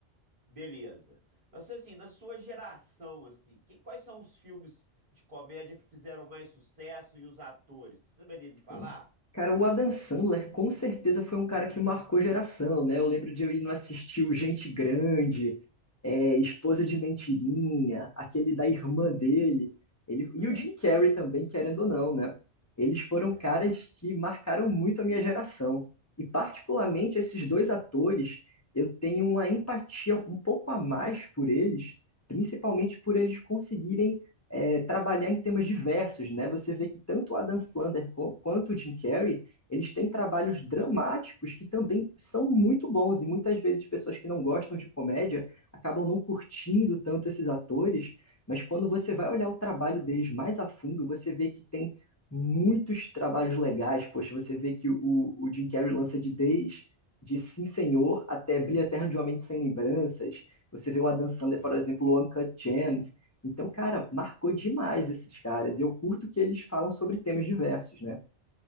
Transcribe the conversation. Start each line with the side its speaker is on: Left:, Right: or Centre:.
Right: Beleza. Mas assim, na sua geração, assim, que- quais são os filmes de comédia que fizeram mais sucesso e os atores? Você saberia me falar?
Left: Sim. Cara, o Adam Sandler com certeza foi um cara que marcou geração, né? Eu lembro de eu ir no assistir o Gente Grande, é, Esposa de Mentirinha, aquele da irmã dele, ele, e
Right: É,
Left: o Jim Carrey também, querendo ou não, né? Eles foram
Right: É.
Left: caras que marcaram muito a minha geração. E particularmente
Right: Sim.
Left: esses dois atores, eu tenho uma empatia um pouco a mais por eles, principalmente por eles conseguirem é, trabalhar em temas diversos, né? Você vê que tanto o Adam Sandler quanto o Jim Carrey, eles têm trabalhos dramáticos que também são muito bons, e muitas vezes pessoas que não gostam de comédia acabam não curtindo tanto esses atores, mas quando você vai olhar o trabalho deles mais a fundo, você vê que tem muitos trabalhos legais, poxa, você vê que o, o Jim Carrey lança de desde de Sim Senhor até Brilho Eterno de Uma Mente Sem Lembranças, você vê o Adam Sandler,
Right: é.
Left: por exemplo, o Uncut Gems, então, cara, marcou demais esses caras. E eu curto que eles falam sobre temas diversos, né?